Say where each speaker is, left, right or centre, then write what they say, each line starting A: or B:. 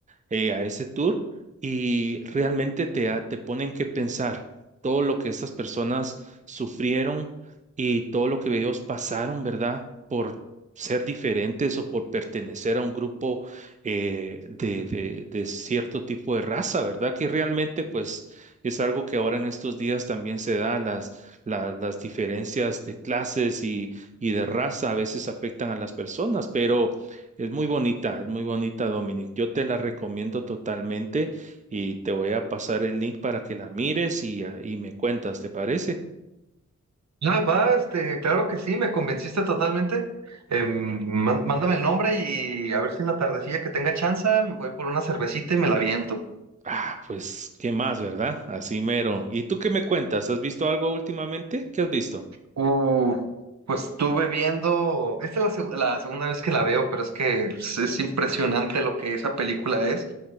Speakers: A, on the right (about 25°); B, on the right (about 65°).
A: eh, a ese tour y realmente te, ha- te ponen que pensar todo lo que estas personas sufrieron y todo lo que ellos pasaron, ¿verdad? por ser diferentes o por pertenecer a un grupo eh, de, de- de cierto tipo de raza, ¿verdad? Que realmente pues es algo que ahora en estos días también se da, las, la- las diferencias de clases y, y de raza a veces afectan a las personas, pero es muy bonita, es muy bonita, Dominic. Yo te la recomiendo totalmente y te voy a pasar el link para que la mires y, ah, y me cuentas, ¿te parece?
B: Ah, va, este, claro que sí, me convenciste totalmente. Em, man- mándame el nombre y a ver si en la tardecilla que tenga chance me voy por una cervecita y me la aviento.
A: Ah, pues, ¿qué más, verdad? Así mero. ¿Y tú qué me cuentas? ¿Has visto algo últimamente? ¿Qué has visto?
B: Uh, pues estuve viendo, esta es la, seg- la segunda vez que la veo, pero es que es, es impresionante lo que esa película es.